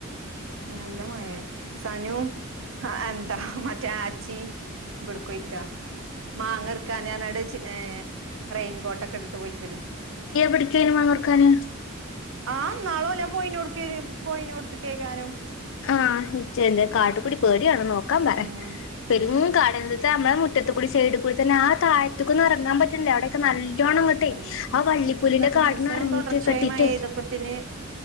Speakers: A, on the right; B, on the left.
A: നല്ല മഴേ സനു ആ എന്ത മറ്റേ ആ ചി ഇവിടക്കൊയ്ക്കാ മാങ്ങർക്കാനയിട്ട് റെയിൻകോട്ടൊക്കെ ഇട്ടിട്ട് പോയിക്കണ്
B: എവിടുത്തോക്ക് മാങ്ങ പറുക്കാന്
A: ആഹ് നാളും അല്ല പോയിന് കൊടു പോയിന കൊടുത്ത് കേക്കാരും
B: ആഹ നിചയ എന്ത കാട്കുടി പേടിയാണന്നോ നോക്കാൻ പറ
A: ഉം
B: പെരും കാടാത് നമ്മള മുറ്റത്തുകൂടി സൈഡിൽ കൂടി തന്നെ ആ താഴത്തെക്കു ഒന്നും ഇറങ്ങാൻ പറ്റില്ല അവിടെയൊക്കെ നല്ല ങ്ങട്ടെ
A: ഉം
B: ആ വള്ളിപ്പുല്ലിന്റെ
A: രണ്ടീസം
B: കാടന്ന് ഇറങ്ങീട്ട്
A: തുടർച്ചയായി
B: കെട്ടിട്ടെ
A: മഴെയ്തപ്പത്തിന്